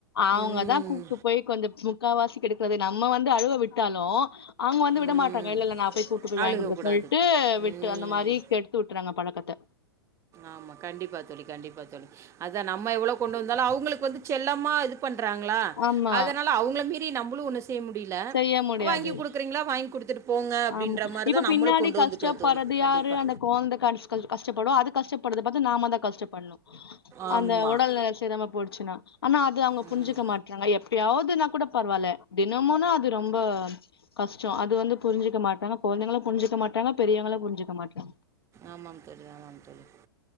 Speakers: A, on the left (about 80°); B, on the right (about 25°).
A: அவங்கதா
B: ம்
A: கூப்பிட்டு போயி கொஞ்சோ முக்கால்வாசி கெடுக்க விட்டாலு நம்ம வந்து அழுவ விட்டாலு அவங்க வந்து விட
B: ம்
A: மாட்றாங்க இல்ல இல்ல நா போய் கூட்டு போய் வாங்கி
B: அழுகக்கூடாது
A: குடுக்கிறே சொல்ட்டு
B: ம்
A: அந்த மாரி கெ ட்டுறாங்க பழக்கத்த
B: ஆமா கண்டிப்பா தோழி கண்டிப்பா தோழி அதா நம்ம எவ்ளோ கொண்டு வந்தாலு அவங்களுக்கு வந்து செல்லமா இது குக் பண்றாங்களா
A: ஆமா
B: அதனால அவங்கள‌ மீறி நம்மளு ஒன்னு செய்ய முடியல
A: செய்ய முடியாது
B: வாங்கி குடுத் றீங்களா வாங்கி குடுத்துட்டு போங்க அப்டின்ற
A: ஆமா
B: மாரிதா
A: இப்ப பின்னாடி
B: நம்மளு கொண்டு
A: கஷ்டப்பட்றது
B: வந்துட்டோ தோழி கண்டிப்பா
A: <unintelligible> கஷ்டப்படு அது கஷ்டப்பட்றது பாத்து நாம தா கஷ்டப்படணு
B: ஆமாம்
A: அந்த ஒடல் நில செரியாம போயிடுச்சுன்னா ஆனா அது அவங்க
B: ம்
A: புரிஞ்சிக்க மாட்றாங்க எப்பயாவதுன்னா கூட பரவாயில்ல தினமுன்னா அது ரொம்ப கஷ்டோ அது வந்து புரிஞ்சிக்க மாட்டாங்க கொழந்தைங்களு புரிஞ்சிக்க மாட்டாங்க பெரியவங்களு புரிஞ்சிக்க மாட்டாங்க
B: ஆமாம் தோழி‌ ஆமாம் தோழி